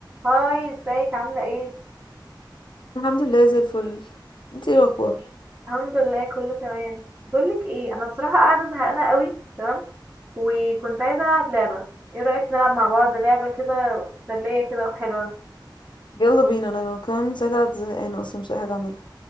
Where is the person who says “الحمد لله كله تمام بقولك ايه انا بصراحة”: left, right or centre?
Right